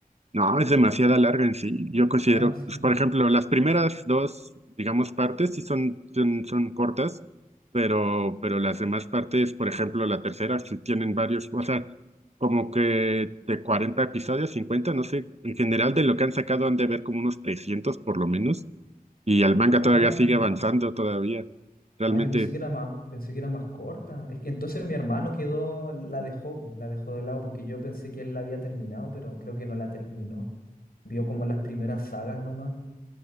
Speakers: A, on the right; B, on the left.
A: no, es demasiada larga en sí. Yo considero,
B: Ah, sí.
A: pues, por ejemplo, las primeras dos, digamos, partes sí son, son, son cortas, pero, pero las demás partes, por ejemplo, la tercera, sí tienen varios, o sea, como que de 40 episodios, 50 no sé, en general de lo que han sacado han de ver como unos 300 por lo menos, y el manga
B: Ah,
A: todavía sigue
B: ya.
A: avanzando todavía. Realmente
B: Ah, yo pensé que era más, pensé que era más corta. Es que entonces mi hermano quedó, la dejó, la dejó de lado porque yo pensé que él la había terminado, pero creo que no la terminó. Vio como las primeras sagas nomás,